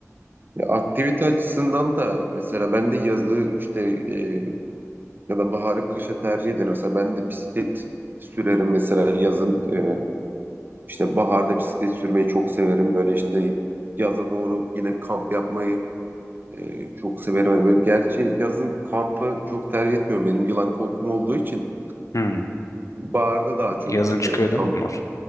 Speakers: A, on the right; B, on the left.
A: Ya aktivite açısından da mesela ben de yazı işte e, ya da baharı kışa tercih ederim. Mesela ben de bisiklet sürerim mesela yazın e, işte baharda bisiklet sürmeyi çok severim. Böyle işte yaza doğru yine kamp yapmayı e, çok severim. Hani böyle gerçi yazın kampı çok tercih etmiyorum. Benim yılan korkum olduğu için
B: Hmm,
A: baharda daha çok
B: yazın
A: işte
B: çıkıyor değil
A: kamp
B: mi onlar?